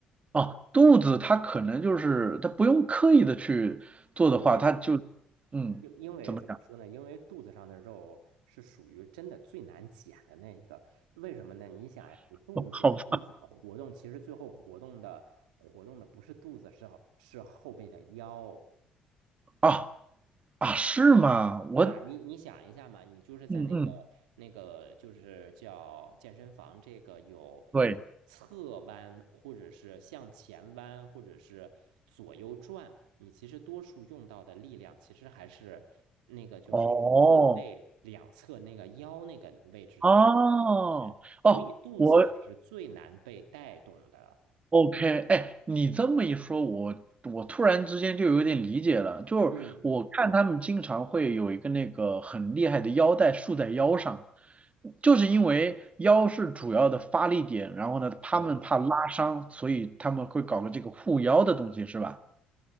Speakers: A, on the right; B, on the right.
A: 哦，肚子它可能就是它不用刻意的去做的话，
B: 因为
A: 它就嗯，
B: 因因为怎么说呢？
A: 怎么讲？
B: 因为肚子上的肉是属于真的最难减的那一个，为什么呢？你想呀，你肚子你想活动，
A: 哦好
B: 其实最后活动的活动的不是肚子，是是后背的腰。
A: 啊啊，是吗？我
B: 对吧？你你想一下嘛，你就是在那个那个就是叫健身房，
A: 嗯嗯。
B: 这个有
A: 对。
B: 侧弯，或者是向前弯，或者是左右转，你其实多数用到的力量其实还是那个就是什么后背两侧那个腰那个位置的
A: 哦，哦，
B: 人，所以肚子是最难被带动的。
A: 哦，我 OK，哎，你这么一说，我我突然之间就有点理解了，就是我看他们经常会有一个那个很厉害的腰带束在腰上，
B: 嗯。
A: 就是因为腰是主要的发力点，然后呢，他们怕拉伤，
B: 哦。
A: 所以他们会搞个这个护腰的东西，是吧？